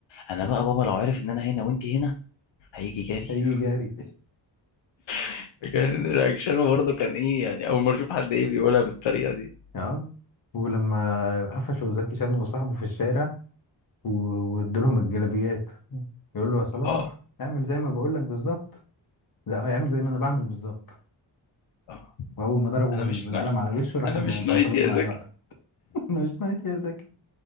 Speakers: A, on the left (about 75°); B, on the left (about 50°).
A: انا بقى بابا لو عرف ان انا هنا وانت هنا هيجي جري
B: هيجي جاري
A: <laughs> كان رياكشنه برضه كان ايه يعني اول مرة اشوف حد ايه بيقولها بالطريقة دي
B: اه ولما قفشوا زكي شان وصاحبه في الشارع و- وادولهم الجلابيات يقول له يا صلاح
A: اه
B: اعمل زي ما بقول لك بالظبط لا هو يعمل زي ما انا بعمل بالظبط
A: اه
B: واول ما ضربه
A: انا
B: بال-
A: مش
B: بالقلم
A: نايت
B: على وشه راح
A: انا
B: ال-
A: مش
B: البنطلون
A: نايت يا
B: وقع
A: زكي
B: على وقته <laughs> انا مش نايت يا زكي